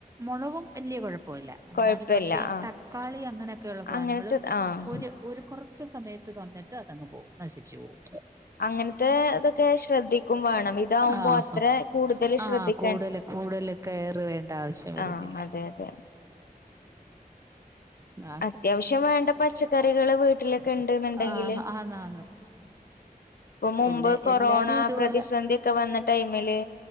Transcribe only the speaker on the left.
കൊഴപ്പില്ല
ആഹ്
അങ്ങനത്തെ ആഹ്
അങ്ങനത്തെ ഇതൊക്കെ ശ്രദ്ധിക്കും വേണം. ഇതാവുമ്പോ
അത്ര കൂടുതൽ ശ്രദ്ധിക്ക
ആഹ് അതെ അതെ
അത്യാവശ്യം വേണ്ട പച്ചക്കറികള് വീട്ടിലൊക്കെ ഉണ്ട്ന്ന്ണ്ടെങ്കില്.
ഇപ്പം മുമ്പ്
കൊറോണ
പ്രതിസന്ധിക്കെ വന്ന ടൈമില്.